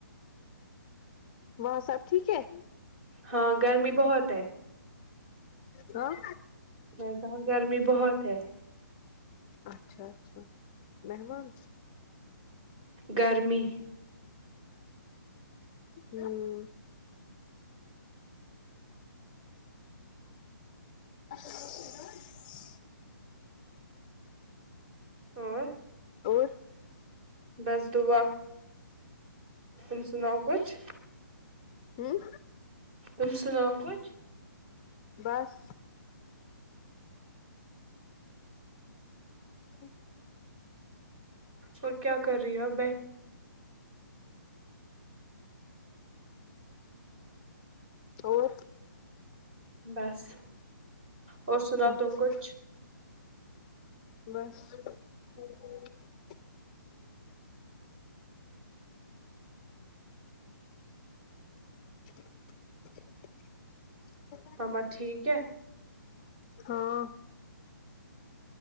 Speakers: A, on the left (about 25°); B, on the right (about 35°).
A: وہاں سب ٹھیک ہے
B: ہاں گرمی بہت ہے
A: ہاں
B: میں کہا گرمی بہت ہے
A: اچھا اچھا مہمان
B: گرمی
A: امم اسسسس
B: اور
A: اور
B: بس دعا تم سناؤ کچھ
A: امم
B: تم سناو کچھ
A: بس ہ
B: اور کیا کر رہی ہو ب
A: اور
B: بس اور سناؤ
A: اچھا
B: تم کچھ
A: بس اور <inaudible>
B: مما ٹھیک ہے
A: ہاں